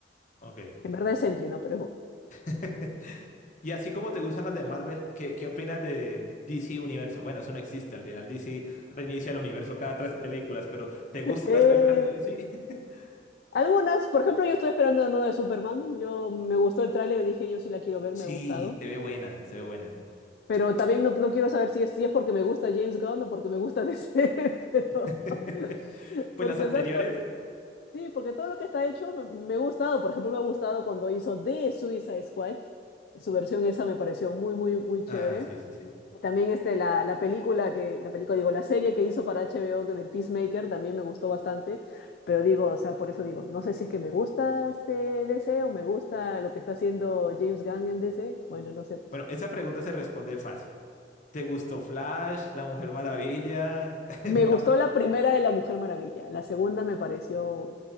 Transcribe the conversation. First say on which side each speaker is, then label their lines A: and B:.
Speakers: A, on the left (about 45°); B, on the left (about 60°).
A: Ok.
B: En verdad es Sentry, ¿no? Pero es Bob.
A: <laughs> Y así como te gustan las de Marvel, ¿qué, qué opinas del DC Universo? Bueno, eso no existe al final. DC reinicia el universo cada tres películas, pero ¿te gustan
B: Eh,
A: las películas de DC? <laughs>
B: Algunas, por ejemplo, yo estoy esperando uno de Superman. Yo me gustó el tráiler, dije yo sí la quiero ver,
A: Sí,
B: me ha gustado.
A: se ve buena, se ve buena.
B: Pero también no, no quiero saber si es, si es porque me gusta James Gunn o porque me gusta DC, <laughs> pero
A: <laughs>
B: <laughs>
A: Pues
B: porque
A: las anteriores.
B: o sea, to- sí, porque todo lo que está hecho me, me ha gustado. Por ejemplo, me ha gustado cuando hizo The Suicide Squad. Su versión esa me pareció muy, muy, muy chévere.
A: Ah, sí, sí, sí.
B: Y también este, la, la película que, la película, digo, la serie que hizo para HBO que del Peacemaker también me gustó bastante, pero digo, o sea, por eso digo, no sé si es que me gusta este DC o me gusta lo que está haciendo James Gunn en DC, bueno, no sé, pues.
A: Bueno, esa pregunta se responde fácil. ¿Te gustó Flash, La Mujer Maravilla, <laughs>
B: Me
A: Batman
B: gustó la primera de La Mujer Maravilla, la segunda me pareció,